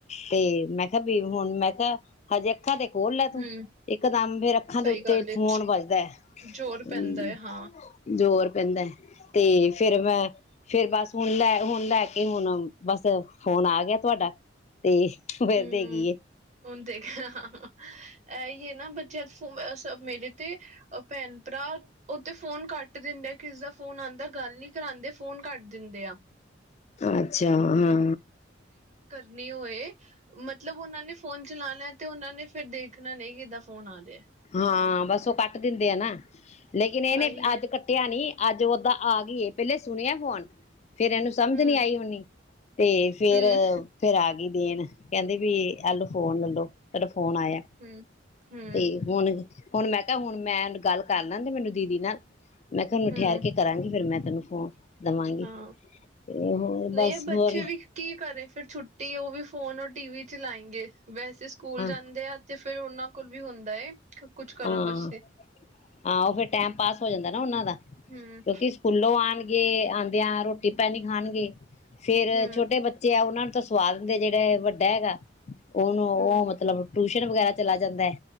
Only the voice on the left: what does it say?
ਤੇ ਮੈਂ ਕਿਆ ਵੀ ਹੁਣ ਮੈਂ ਕਾ ਹਜੇ ਅੱਖਾਂ ਤੇ ਖੋਲ ਲਾ ਤੂੰ
ਇਕਦਮ ਫੇਰ ਅੱਖਾਂ
ਦੇ ਉੱਤੇ
ਫੋਨ ਵਜਦਾ
ਹੂੰ
ਜ਼ੋਰ ਪੈਂਦਾ। ਤੇ ਫੇਰ ਮੈਂ ਫੇਰ ਬਸ- ਹੁਣ ਲੈ ਹੁਣ ਲੈ ਕੇ ਹੁਣ ਬਸ ਫੋਨ ਆ ਗਿਆ ਤੁਹਾਡਾ ਤੇ ਫਿਰ
ਦੇ ਗੀ ਹੈ
ਅੱਛਾ ਹਾਂ।
ਹਾਂ ਬਸ ਓ ਕੱਟ ਦਿੰਦੇ ਆ ਨਾ ਲੇਕਿਨ ਏਨੇ
ਅੱਜ
ਕੱਟਿਆ ਨੀ ਅੱਜ ਓਦਾਂ ਆ ਗਈ ਏ ਪਹਿਲੇ ਸੁਣਿਆ ਫੋਨ ਫੇਰ ਏਨੂੰ ਸਮਝ
ਨੀ ਆਈ ਹੋਣੀ। ਤੇ ਫੇਰ-ਫੇਰ
ਆ ਗਈ ਦੇਣ ਕਹਿੰਦੇ ਵੀ। ਆਲੌ ਫੋਨ ਲੈਲੋ ਤੋੜਾ ਫੋਨ ਆਇਆ
ਤੇ ਹੁਣ ਮੈਂ ਕਿਆ ਹੁਣ ਮੈਂਨ ਗੱਲ ਕਰ ਲਾਂਦੇ ਮੈਨੂੰ ਦੀਦੀ ਨਾਲ ਮੈਂ ਕਿਆ ਹੁਣ
ਠੇਰ ਕੇ ਕਰਾਂਗੀ ਫੇਰ ਮੈਂ ਤੈਨੂੰ ਫੋਨ ਦੇਵਾਂਗੀ
ਤੇ ਹੋਰ ਬਸ
ਹੋਰ
ਹਾਂ
ਹਾਂ
ਆਓ ਫੇਰ ਟੈਮ ਪਾਸ ਹੋ ਜਾਂਦਾ ਨਾ ਓਨਾਂ ਦਾ
ਕਿਉਂਕਿ ਸਕੂਲੋਂ ਆਣ ਗੇ ਆਉਂਦਿਆਂ ਰੋਟੀ ਪਾਣੀ ਖਾਣਗੇ ਫੇਰ
ਛੋਟੇ ਬੱਚੇ ਆ ਉਹਨਾਂ ਨੂੰ ਉਹ ਤਾਂ ਸਵਾਦ ਹੁੰਦੇ ਜਿਹੜਾ ਹੈ ਵੱਡਾ ਹੈਗਾ? ਉਹਨੂੰ ਉਹ
ਮਤਲਬ। ਟਿਊਸ਼ਨ ਵਗੈਰਾ ਚਲਾ ਜਾਂਦਾ ਹੈ